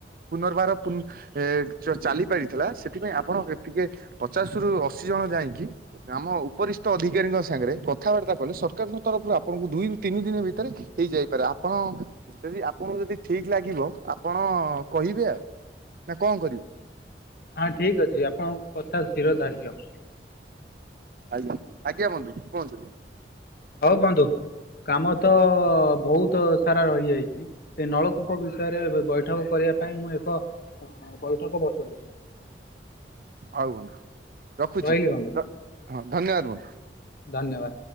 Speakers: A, on the right; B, on the left.
A: ପୁନର୍ବାର ପୁ ଏ ଚ ଚାଲି ପାରିଥିଲା ସେଥିପାଇଁ ଆପଣ କେ ଟିକେ ପଚାଶରୁ ଅଶି ଜଣ ଯାଇଁକି ଆମ ଉପରିସ୍ତ ଅଧିକାରୀଙ୍କ ସାଙ୍ଗରେ କଥାବାର୍ତ୍ତା କଲେ ସରକାରଙ୍କ ତରଫରୁ ଆପଣଙ୍କୁ ଦୁଇରୁ ତିନି ଦିନ ଭିତରେ ହେଇଯାଇପା ରା ଆପଣ ଯଦି ଆପଣଙ୍କୁ ଯଦି ଠିକ ଲାଗିବ ଆପଣ କହିବେ ଆ। ନାଁ କଣ କରିବି?
B: ହଁ ଠିକ ଅଛି ଆପଣଙ୍କ କଥା ଶିରୋଧାର୍ଯ୍ୟ।
A: ଆଜ୍ଞା ଆଜ୍ଞା ବନ୍ଧୁ କୁହନ୍ତୁ।
B: ହଉ ବନ୍ଧୁ କାମ ତ ବହୁତ ସାରା ରହିଯାଇଚି। ସେ ନଳକୂପ
A: ହଉ
B: ବିଷୟରେ ବେ ବୈ ଠକ କରିବା ପାଇଁ ମୁଁ ଏକ ଅ ବୈଠକ ବସଉଚି।
A: ଆଉ ବନ୍ଧୁ ରଖୁଚି
B: ରହିଲି ବନ୍ଧୁ
A: ଗ ହଁ ଧନ୍ୟବାଦ ବନ୍ଧୁ।
B: ଧନ୍ୟବାଦ।